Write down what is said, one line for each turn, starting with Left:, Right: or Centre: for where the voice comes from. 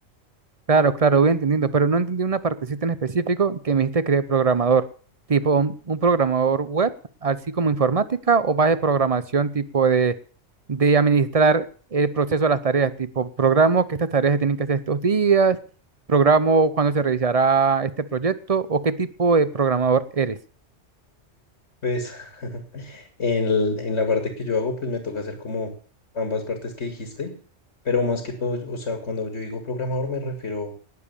Right: Claro, claro, voy entendiendo, pero no entendí una partecita en específico que me dijiste que eres programador, tipo un, un programador web, así como informática, o más de programación, tipo de, de administrar el proceso de las tareas, tipo programo que estas tareas se tienen que hacer estos días, programo cuándo se realizará este proyecto, o qué tipo de programador eres.
Left: Pues <laughs> en, el- en la parte que yo hago, pues me toca hacer como ambas partes que dijiste, pero más que todo, o sea, cuando yo digo programador me refiero